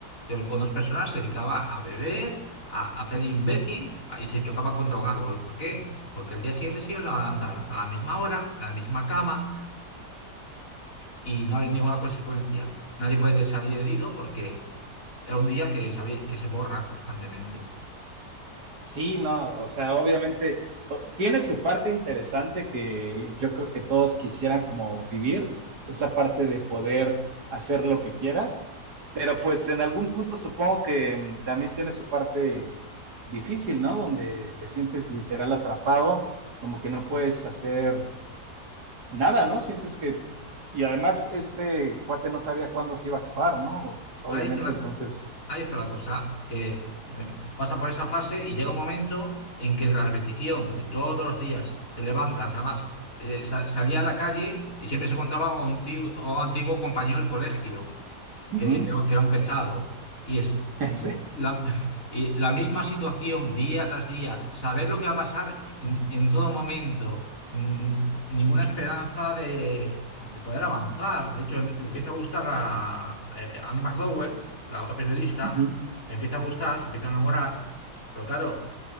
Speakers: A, on the left; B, on the right.
A: eh, con dos personas, se dedicaba a beber, a, hacer imbécil a- y se chocaba contra un árbol. ¿Por qué? Porque el día siguiente se iba a levantar a la misma hora, a la misma cama y no hay ninguna consecuencia. Nadie puede salir herido porque era un día que se, que se borra constantemente.
B: Sí, no, o sea, obviamente o- tiene su parte interesante que yo creo que todos quisieran como vivir, esa parte de poder hacer lo que quieras, pero pues en algún punto supongo que mm, también tiene su parte difícil, ¿no? Donde te sientes literal atrapado, como que no puedes hacer nada, ¿no? Sientes que... Y además este cuate no sabía cuándo se iba a acabar, ¿no? Obviamente,
A: Ahí está la,
B: entonces...
A: ahí está la cosa, que me- pasa por esa fase y llega un momento en que es la repetición de todos los días. Te levantas, además, eh, sa- salía a la calle y siempre se encontraba a un tío, a un antiguo compañero del colegio.
B: ujú,
A: que, que que era un pesado. Y es
B: <laughs> sí,
A: la, <laughs> y la misma situación día tras día, saber lo que va a pasar en, en todo momento, mm, ninguna esperanza de, de poder avanzar. De hecho, em, le empieza a gustar a, eh, Andy McDowell, la otra periodista,
B: ujú,
A: le empieza a gustar, se empieza a enamorar, pero claro.